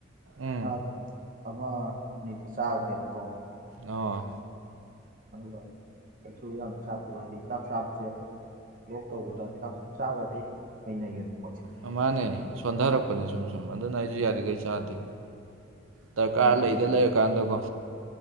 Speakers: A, on the right; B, on the right.
A: ꯎꯝ
B: ꯥꯗꯥꯛ ꯑꯃ ꯑꯅꯤꯗꯤ ꯆꯥꯈ꯭ꯔꯦꯕꯀꯣ
A: ꯑꯧ
B: ꯑꯗꯨꯒ ꯀꯩꯁꯨ ꯌꯥꯝ ꯆꯥꯛꯀꯤ ꯋꯥꯗꯤ ꯍꯤꯗꯥꯛ ꯆꯥꯕꯁꯦ ꯂꯣꯛ ꯇꯧꯕꯗ ꯍꯤꯇꯥꯛ ꯁꯨꯝ ꯆꯥꯒ꯭ꯔꯗꯤ ꯍꯩꯅꯩꯌꯦꯕ ꯃꯣꯏꯁꯦ
A: ꯑ- ꯃꯥꯅꯦ ꯁꯣꯟꯊꯔꯛꯄꯅꯦ ꯁꯨꯝ ꯁꯨꯝ ꯑꯗꯨꯅ ꯑꯩꯁꯨ ꯌꯥꯔꯤꯈꯩ ꯆꯥꯗꯦ ꯗꯔꯀꯥꯔ
B: ꯎꯝ
A: ꯂꯩꯗ ꯂꯩꯔꯀꯥꯟꯗꯀꯣ